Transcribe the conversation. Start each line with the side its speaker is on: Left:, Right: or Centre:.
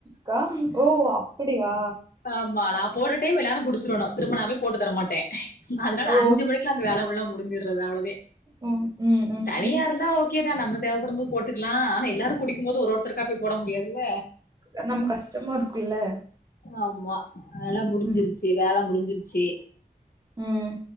Right: க்கா ஓ அப்டியா
Left: ஆமா நா போற டைம் எல்லாரு குடுச்சிரெணு திருமணாவே போட்டு தரமாட்டே திரும்புஅதுனால
Right: ஓ
Left: அஞ்சு மணிக்குலா அந்த வேல உள்ளா முடுஞ்சறது அவ்ளோதே
Right: ம் ம் ம்
Left: தனியாருந்தா
Right: ம்
Left: ஓகேதா நம்ம தேவப்படுபோது போட்டுக்லா ஆனா எல்லாரூ குடிக்குபோது ஒருஒருத்தருக்கா போய் போட முடியாதுல
Right: அது நம்கு கஷ்டமா இருக்குல்ல
Left: ஆம்மா அதலா முடிஞ்சிருச்சு
Right: ம்
Left: வேல முடிஞ்சிருச்சு
Right: ம்